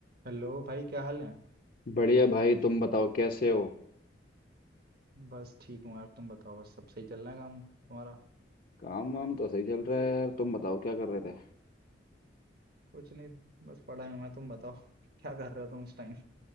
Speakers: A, on the right (about 55°); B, on the left (about 50°).
A: हेलो भाई क्या हाल है
B: बढ़िया भाई तुम बताओ कैसे हो
A: बस ठीक हूँ यार तुम बताओ बस सब सही चल रहा है काम तुम्हारा
B: काम वाम तो सही चल रहा है यार तुम बताओ क्या कर रहे थे
A: कुछ नहीं बस पढ़ाई में मैं तुम बताओ <laughs> क्या कर रहे हो तुम इस टाइम